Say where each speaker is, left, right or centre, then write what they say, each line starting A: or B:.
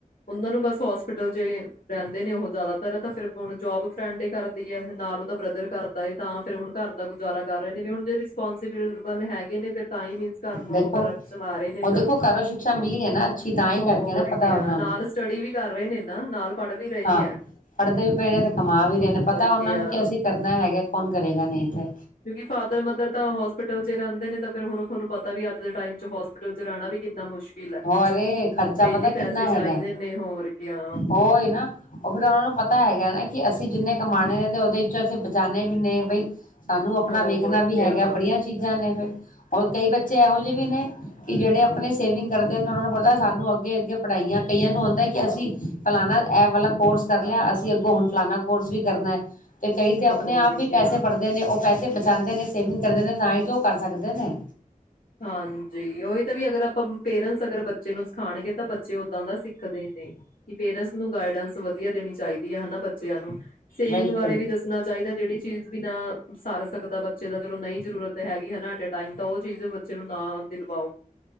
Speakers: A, on the left; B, on the left.
A: ਉਹਨਾਂ ਨੂੰ ਬਸ, ਹੋਸਪਿਟਲ ਚ ਰਹਿੰਦੇ ਨੇ ਉਹ ਜ਼ਿਆਦਾ ਇਹ ਤਾ ਫਿਰ ਹੁਣ ਜੋਬ ਫਰੈਂਡ ਹੀ ਕਰਦੀ ਹੈ ਨਾਲ ਉਹਦਾ ਬ੍ਰਦਰ ਕਰਦਾ ਏ, ਤਾਂ ਫਿਰ ਹੁਣ ਘਰ ਦਾ ਗੁਜ਼ਾਰਾ ਕਰ ਰਹੇ ਨੇ ਵੀ ਹੁਣ ਜੇ ਤਾਂ ਰਿਸਪਾਂਸੀਬਲ ਹੈਗੇ ਨੇ, ਫਿਰ ਤਾਂ ਹੀ ਵੀ ਘਾਰ ਨੂੰ
B: ਦੇਖੋ
A: ਵਗੈਰਾ ਚਲਾ ਰਹੇ ਨੇ
B: ਉਹ
A: ਨਾ
B: ਦੇਖੋ ਘਰੋਂ ਸ਼ਿਕਸ਼ਾ ਮਿਲੀ ਹੈ ਨਾ ਅੱਛੀ ਤਾਂ ਹੀ
A: ਹੋਰ
B: ਕਰਕੇ ਨਾ ਪਤਾ
A: ਕਿ
B: ਉਹਨਾਂ
A: ਨਾਲ
B: ਨੂੰ
A: ਸਟਡੀ ਵੀ ਕਰ ਰਹੇ ਨੇ। ਨਾਲ। ਪੜ੍ਹ ਵੀ ਰਹੀ
B: ਹਾਂ,
A: ਹੈ
B: ਪੜ੍ਹਦੇ ਵੀ ਪਏ ਨੇ ਤੇ ਕਮਾ ਵੀ ਰਹੇ
A: ਹੋਰ
B: ਨੇ, ਪਤਾ
A: ਕਿਆ
B: ਉਹਨਾਂ ਨੂੰ ਕੀ ਅਸੀਂ ਕਰਨਾ ਹੈਗਾ। ਕੋਨ ਕਰੇਗਾ ਨਹੀਂ ਤੇੇ?
A: ਕਿਉਂਕਿ, ਫਾਦਰ-ਮਦਰ ਤਾਂ ਹੋਸਪਿਟਲ ਚ ਰਹਿੰਦੇ ਨੇ ਫਿਰ ਹੁਣ ਤੁਹਾਨੂੰ ਪਤਾ ਵੀ ਅੱਜ ਦੇ ਟਾਈਮ ਚ ਹੋਸਪਿਟ ਚ ਰਹਿਣਾ ਵੀ ਕਿੰਨਾ ਮੁਸ਼ਕਿਲ ਹੈ
B: ਹੋਰੇ ਖਰਚਾ
A: ਡੇਲੀ
B: ਪਤਾ
A: ਪੈਸੇ
B: ਕਿੰਨਾ
A: ਚਾਹੀਦੇ
B: ਹੈਗਾ?
A: ਨੇ ਹੋਰ ਕਿਆ
B: ਉਹਈ ਨਾ ਉਹ ਫਿਰ ਉਹਨਾ ਨੂੰ ਪਤਾ ਪਤਾ ਹੈਗਾਾ ਕਿ ਅਸੀਂ ਜਿੰਨੇ ਕਮਾਉਣੇ ਨੇ, ਤੇ ਉਹਦੇ ਚੋਂ ਅਸੀਂ ਬਚਾਨੇ ਵੀ ਨੇ, ਬਈ ਸਾਨੂੰ ਆਪਣਾ
A: ਹੋਰ
B: ਵੇਖਣਾ ਵੀ
A: ਕਿਆ
B: ਹੈਗਾ, ਬੜੀਆਂ ਚੀਜ਼ਾਂ ਨੇ ਫਿਰ ਔਰ ਕਈ ਬੱਚੇ ਇਹੋ ਜੇਹੇ ਵੀ ਨੇ ਕਿ ਜਿਹੜੇ ਆਪਣੇ ਸੇਵਿੰਗ ਕਰਦੇ ਨੇ, ਉਹਨਾਂ ਨੂੰ ਪਤਾ ਸਾਨੂੰ ਅੱਗੇ-ਅੱਗੇ ਪੜ੍ਹਾਈਆਂ, ਕਈਆਂ ਨੂੰ ਹੁੰਦਾ ਕਿ ਅਸੀਂ ਫਲਾਨਾ ਐ ਵਾਲਾ ਕੋਰਸ ਕਰ ਲਿਆ, ਅਸੀਂ ਅੱਗੋਂ ਹੁਣ ਫਲਾਨਾ ਕੋਰਸ ਵੀ ਕਰਨਾ ਹੈ। ਤੇ ਕਈ ਤੇ ਆਪਣੇ
A: ਹੋਰ
B: ਆਪ ਵੀ
A: ਕਿਆ
B: ਪੈਸੇ ਭਰਦੇ ਨੇ ਉਹ ਪੈਸੇ ਚਾਹਦੇ ਨੇ, ਸੇਵਿੰਗ ਕਰਦੇ ਨੇ ਤਾਂ ਹੀ ਤਾਂ ਉਹ ਕਰ ਸਕਦੇ ਨੇ।
A: ਹਾਂਜੀ ਉਹੀ ਤਾਂ ਵੀ ਅਗਰ ਆਪਾਂ ਪੇਰੈਂਟਸ ਅਗਰ ਬੱਚੇ ਨੂੰ ਸਿਖਾਉਣਗੇ ਤਾਂ ਬੱਚੇ ਓਦਾਂ ਦਾ ਸਿੱਖਦੇ ਨੇ ਕਿ ਪੇਰੈਂਟਸ ਨੂੰ ਗਾਈਡੈਂਸ ਵਧੀਆ ਦੇਣੀ ਚਾਹੀਦੀ ਹੈ, ਹਨਾ ਬੱਚਿਆਂ ਨੂੰ। ਸੇਵਿੰਗ
B: ਬਿਲਕੁਲ
A: ਬਾਰੇ ਵੀ ਦੱਸਣਾ ਚਾਹੀਦਾ, ਜਿਹੜੀ ਚੀਜ਼ ਵੀ ਨਾ ਸਾਰ ਸਕ <unintelligible> ਤਾਂ ਚਲੋ ਨਹੀਂ ਜ਼ਰੂਰਤ ਤੇ ਹੈਗੀ ਹੈ ਨਾ। ਟਾਈਮ ਤਾਂ ਉਹ ਚੀਜ਼ ਬੱਚੇ ਨੂੰ ਨਾ ਦਿਲਵਾਓ